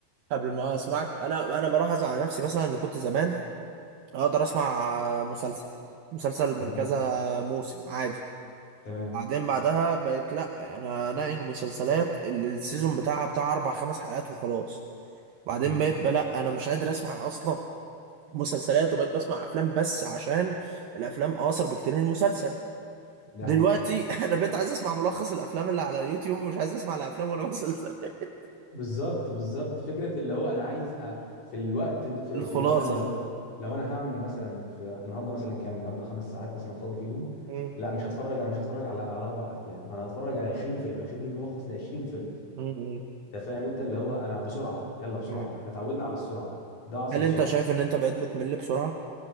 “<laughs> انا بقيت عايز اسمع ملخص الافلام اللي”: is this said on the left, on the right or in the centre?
Right